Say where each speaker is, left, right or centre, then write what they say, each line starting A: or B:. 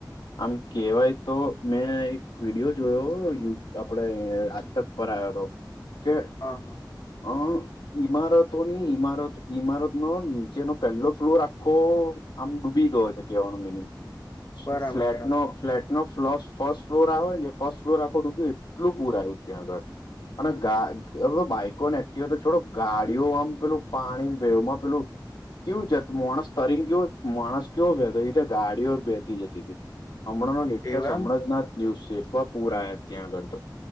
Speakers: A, on the left; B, on the left.
A: આમ કેવાય તો મેં એક વિડીિયો જોયો યુ આપડે આજ તક પર આવયો હતો કે
B: હા હા
A: હ ઈમારતોની ઈમારત ઈમારત નો નીચેનો પહેલો ફ્લુ રાખો આમ ડૂબી ગયો છે કેવાનો મિનિંગ
B: બરાબર
A: ફ્લેટ
B: બરાબર
A: નો ફ્લેટ નો ફ્ ફર્સ્ટ ફ્લોર આવે ફર્સ્ટ ફ્લોર આખો ડૂું્યું એટલું પૂર આવ્યું ત્યાં આગળ અને ગા હવે બાઈકોને એક્ટિવ તો છોડો ગાડીઓ આમ પેલું પાણી વેવમાં પેલું કયું જ માણસ તરીને કેયો માણસ કવયો વેતો ગાડીઓ વહેતી જતી હતી હમણાંનો લેટેસ્ટ
B: એવું એમ
A: હમણાંનાથ ન્યૂઝ છેવા પૂરા ત્યાં આગળ તો